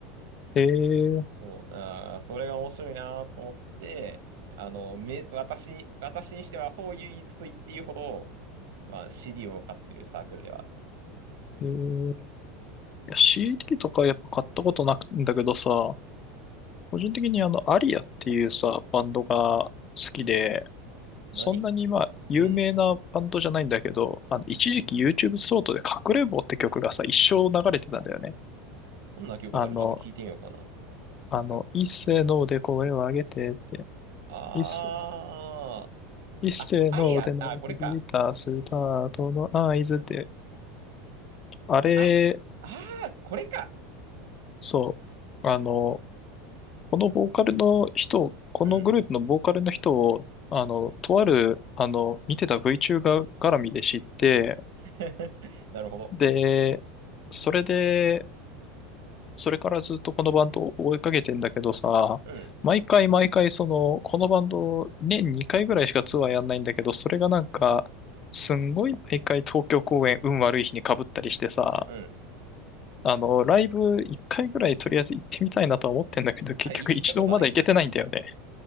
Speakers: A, on the left; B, on the right.
A: ええ
B: そう、あー、それが面白いなと思って、あの、め、私に、私にしては、ほう唯一と言っていいほど、まあ、CD を買ってるサークルではある。
A: ええ。いや CD とかやっぱ買ったことなくんだけどさ、個人的にあの、アリアっていうさ、バンドが好きで、
B: うん。
A: そんなにまあ、
B: 何
A: 有名なバンドじゃないんだけど、
B: うん。
A: あの、一時期 YouTube ショートで隠れんぼって曲がさ、一生流れてたんだよね。
B: どんな曲だろうちょっと聞いてみようかな。
A: あの、あの、
B: か、
A: 一斉ので声を上げてって、
B: あー。
A: 一斉、一斉ので鳴り響いたスタートの合図って、
B: あ、アリア、あ、これか。
A: あれ、
B: あ、あー、これか。
A: そう、あの、このボーカルの人、このグループのボーカルの人を、
B: うん。
A: あの、とある、あの、見てた VTuber 絡みで知って、
B: <laughs> なるほど。
A: で、それで、それからずっとこのバンドを追いかけてんだけどさ、
B: うん。
A: 毎回毎回その、このバンド年2回ぐらいしかツアーやんないんだけど、それがなんか、すんごい毎回東京公演運悪い日に被ったりしてさ、
B: うん。
A: あの、ライブ1回ぐらいとりあえず行ってみたいなとは思ってんだけど、結局一度もまだ行けてないんだよね。
B: あ、い、行ったことはないんだ。